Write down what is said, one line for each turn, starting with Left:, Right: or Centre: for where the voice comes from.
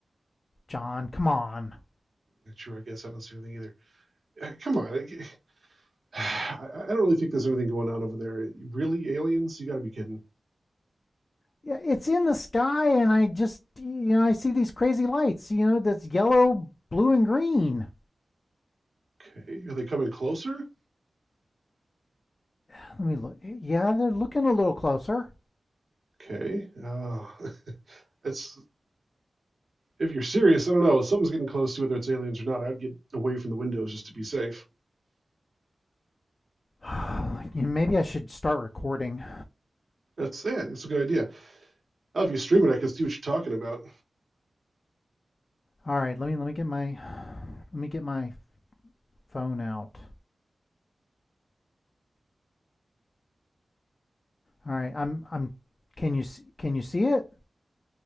Left: John. Come on.
Right: Not Sure, I guess I don't see anything either. Uh, come on, I, <sighs> I I don't really think there's anything going on over there. Really, aliens? You got to be kidding.
Left: Yeah, it's in the sky and I just you know, I see these crazy lights, you know, that's yellow, blue and green.
Right: Okay, are they coming closer?
Left: Let me look. Yeah, they're looking a little closer.
Right: Okay, uh, <laughs> that's if you're serious. I don't know. Something's getting close to whether it's aliens or not. I'd get away from the windows just to be safe.
Left: <sighs> You know, maybe I should start recording.
Right: That's it. It's a good idea. Oh, if you stream it, I can see what you're talking about.
Left: All right, let me let me get my let me get my phone out. All right, I'm I'm can you s- can you see it?